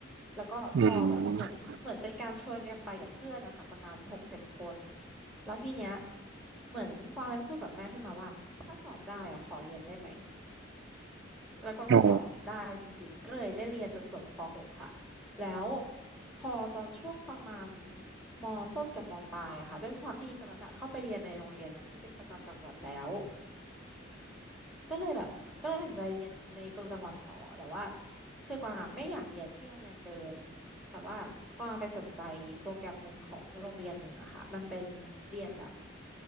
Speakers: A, in the centre; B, on the right.
A: แล้วก็พอแบบเหมือนเหมือนเป็นการชวนกันไปกับเพื่อนนะคะประมาณหกเจ็ดคน
B: อืม
A: แล้วทีเนี้ยเหมือนกวางเลยพูดกับแม่ขึ้นมาว่าถ้าสอบได้อะขอเรียนได้ไหม แล้วก็ก็สอบได้จริงๆก็เลยได้เรียนจนจบป
B: โอ้
A: .6 ค่ะแล้วพอตอนช่วงประมาณมต้นกับมปลายอะค่ะด้วยความที่ตอนนั้นอะเข้าไปเรียนในโรงเรียนที่เป็นประจำจังหวัดแล้วก็เลยแบบก็เลยตัดสินใจเรียนในตัวจังหวัดต่อแต่ว่าคือกวางอะไม่อยากเรียนที่โรงเรียนเดิมแต่ว่ากวางไปสนใจโปรแกรมหนึ่งของโรงเรียนหนึ่งอะค่ะมันเป็นเรียนแบบ